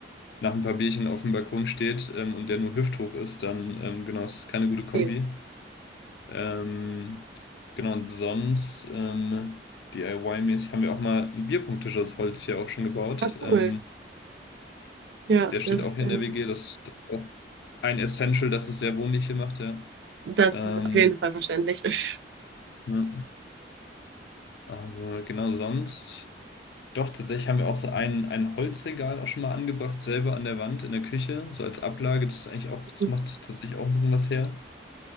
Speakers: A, on the left; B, on the right.
A: nach ein paar Bierchen auf dem Balkon steht ähm, und der nur hüfthoch ist, dann ähm, genau, es ist keine gute Kombi.
B: Okay.
A: Ähm, genau, und sonst ähm, DIY-mäßig haben wir auch mal einen Bierpunkttisch aus Holz hier auch schon gebaut.
B: Ja, ah, cool.
A: Ähm,
B: Ja,
A: Der steht
B: das ist
A: auch hier
B: nice.
A: in der WG. Das, das ist auch ein Essential, dass es sehr wohnlich hier macht, ja.
B: Das
A: Ähm,
B: ist auf jeden Fall verständlich.
A: ja. Aber genau sonst. Doch, tatsächlich haben wir auch so ein, ein Holzregal auch schon mal angebracht, selber an der Wand in der Küche, so als Ablage. Das ist eigentlich
B: <laughs>
A: auch, das macht tatsächlich auch ein bisschen was her.